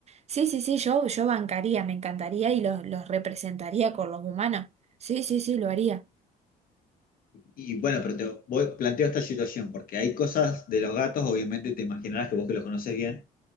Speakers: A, on the right; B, on the left.
A: Sí, sí, sí, yo, yo bancaría, me encantaría y los, los representaría con los humanos. Sí, sí, sí, lo haría.
B: Y bueno, pero te voy- planteo esta situación, porque hay cosas de los gatos, obviamente te imaginarás que vos que los conoces bien,